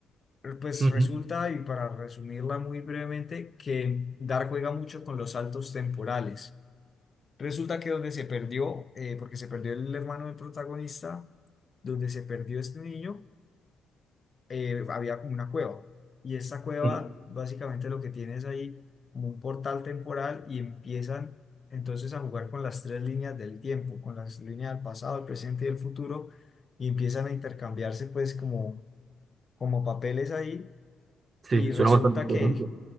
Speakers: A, on the left; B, on the right.
A: Pero, Pues
B: Ujú.
A: resulta, y para resumirla muy brevemente, que Dark juega mucho con los saltos temporales. Resulta que donde se perdió, eh, porque se perdió el hermano del protagonista, donde se perdió este niño, eh, había como una cueva. Y esa cueva
B: Ujú.
A: básicamente lo que tiene es ahí como un portal temporal y empiezan entonces a jugar con las tres líneas del tiempo, con las líneas del pasado, el presente y el futuro, y empiezan a intercambiarse pues como, como papeles ahí
B: Sí,
A: y
B: suena
A: resulta
B: bastante interesante.
A: que,